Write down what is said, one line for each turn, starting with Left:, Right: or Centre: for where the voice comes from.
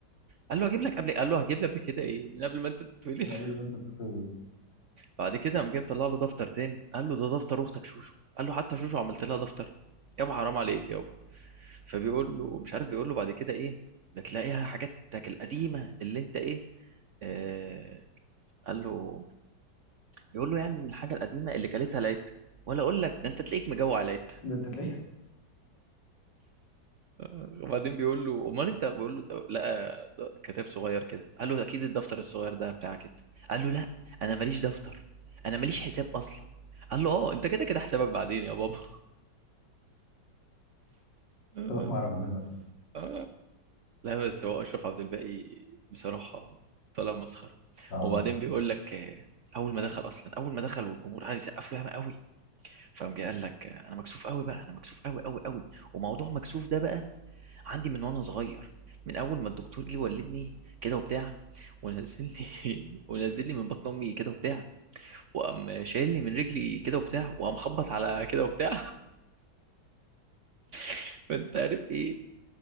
Right: قال له هجيب لك قبل قال له هجيب لي قبل كده ايه من قبل ما انت تتولد
Left: من
Right: <laughs>
Left: قبل ما انت تتخيل
Right: بعد كده قام جاي مطلع له دفتر تاني قال له ده دفتر اختك شوشو قال له حتى شوشو عملت لها دفتر يابا حرام عليك يابا فبيقول له مش عارف بيقول له بعد كده ايه ده تلاقيها حاجاتك القديمه اللي انت ايه آه قال له بيقول له يعني ان الحاجه القديمه اللي كلتها العته ولا اقول لك ده انت تلاقيك مجوع العته
Left: ده انت تلاقيه
Right: <laughs> وبعدين بيقول له امال انت بقول له طب- لقى د- كتاب صغير كده قال له اكيد الدفتر الصغير ده بتاعك انت قال له لا انا ماليش دفتر انا ماليش حساب اصلا قال له اه انت كده كده حسابك بعدين يا بابا <laughs>
Left: سيبك مع ربنا
Right: آه. لا بس هو اشرف عبد الباقي بصراحه طلع مسخره
Left: اه
Right: وبعدين بيقول لك آه، اول ما دخل اصلا اول ما دخل والجمهور قعد يسقف له ياما قوي فقام جاي قال لك انا مكسوف قوي بقى انا مكسوف قوي قوي قوي وموضوع مكسوف ده بقى عندي من وانا صغير من اول ما الدكتور جه ولدني كده وبتاع ونزل لي <laughs> ونزل لي من بطن امي كده وبتاع وقام شايل لي من رجلي كده وبتاع وقام خبط على كده وبتاع <laughs> فانت عارف ايه